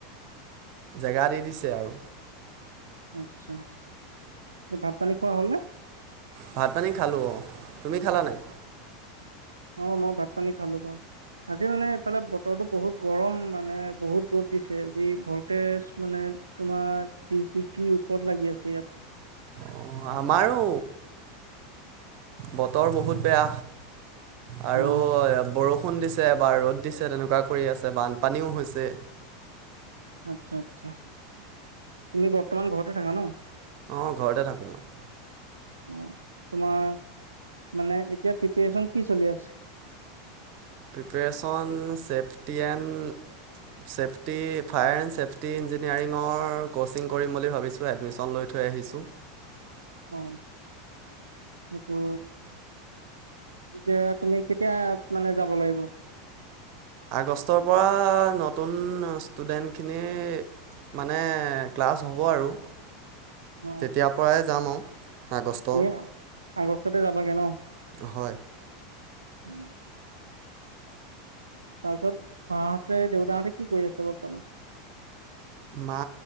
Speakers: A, on the right (about 45°); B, on the right (about 80°).
A: জেগা দি দিছে আৰু।
B: আচ্ছা, ভাত পানী খোৱা হ'লনে?
A: ভাত পানী খালোঁ, তুমি খালা নাই?
B: অ' মই ভাত পানী খালো। আজি মানে এইফালে বতৰটো বহুত গৰম মানে বহুত ৰ'দ দিছে যি ভলটেজ মানে তোমাৰ ত্ৰিশ ডিগ্ৰী ওপৰত লাগি আছে ইয়া?
A: অ' আমাৰো বতৰ বহুত
B: অ
A: বেয়া আৰু,
B: অ
A: বৰষুণ দিছে। বা ৰ'দ দিছে তেনেকুৱা কৰি আছে বানপানীও হৈছে।
B: আচ্ছা আচ্ছা, তুমি বৰ্তমান ঘৰতে থাকা ন?
A: অ' ঘৰতে থাকোঁ মই।
B: অ' তোমাৰ মানে এতিয়া প্ৰিপাৰেচন কি চলি আছে?
A: পিপাৰেশন চেফটিয়েণ চেফটি ফায়াৰ এণ্ড চেফটি ইঞ্জিনিয়াৰিঙৰ কচিং কৰিম বুলি ভাবিছো এডমিচন লৈ থই ৰাখিছো।
B: অ' সেইটো এতিয়া তুমি কেতিয়া মানে যাব লাগিব?
A: আগষ্টৰ পৰা নতুন ষ্টুডেণ্টখিনি মানে ক্লাছ হ'ব আৰু,
B: অ
A: তেতিয়াৰ পৰাই যাম আৰু। আগষ্টৰ।
B: তুমি আগষ্টতে যাবাগে ন?
A: হয়।
B: উম। তাৰপিছত মাহঁতে দেউতাহঁতে কি কৰি আছে বৰ্তমান?
A: মা